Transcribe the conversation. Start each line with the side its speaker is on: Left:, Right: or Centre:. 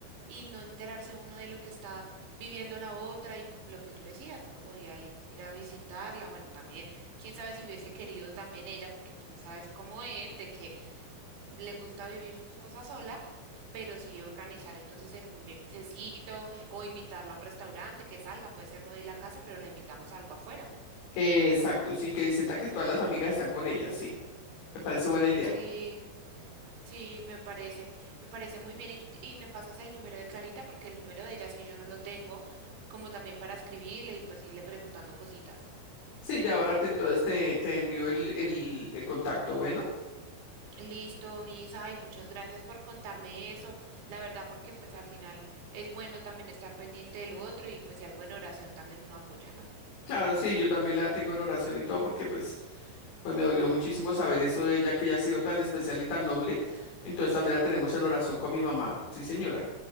Right: y no enterarse uno de lo que está viviendo la otra y lo que tú decías, uno podía i- ir a visitarla, bueno, también, quién sabe si hubiese querido también ella, porque tú sabes cómo es, de que le gusta vivir sus cosas sola, pero sí organizar entonces en un mesecito o invitarla a un restaurante que salga, puede ser no de la casa, pero la invitamos a algo afuera.
Left: Eh, exacto, sí, que sienta que todas las amigas están con ella, sí. Me parece buena idea.
Right: Sí. Sí, me parece, me parece muy bien. Y tú, t- y me pasas el número de Clarita porque el número de ella sí yo no lo tengo, como también para escribirle y pues irle preguntando cositas.
Left: Sí, ya ahora te, entonces te, te envío el, el, el contacto, bueno.
Right: Listo, Misa, y muchas gracias por contarme eso. La verdad, porque pues al final es bueno también estar pendiente de lo otro y pues si algo en oración también uno apoya, ¿no?
Left: Claro, sí, yo también la tengo en oración y todo porque pues, pues me dolió muchísimo saber eso de ella, que ella ha sido tan especial y tan noble. Entonces también la tenemos en oración con mi mamá. Sí, señora.